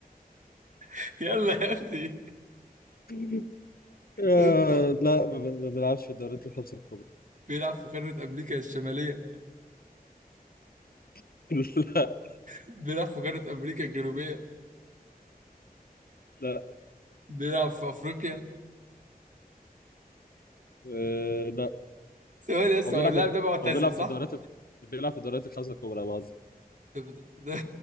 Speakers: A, on the right; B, on the left.
A: <laughs> يلا يا ابني
B: <laughs> آه
A: انت
B: لا ما ب- ما بيلعبش في الدوريات الخمسة الكبرى
A: بيلعب في قارة امريكا الشمالية
B: <laughs> لا
A: بيلعب في قارة أمريكا الجنوبية
B: لا
A: بيلعب في أفريقيا
B: آه لا
A: ثواني بس
B: هو
A: هو
B: بيلعب
A: اللاعب
B: في
A: ده معتزل
B: هو بيلعب
A: صح؟
B: في الدوريات ال- بيلعب في الدوريات الخمسة الكبرى باظ
A: <laughs> طب ده ده-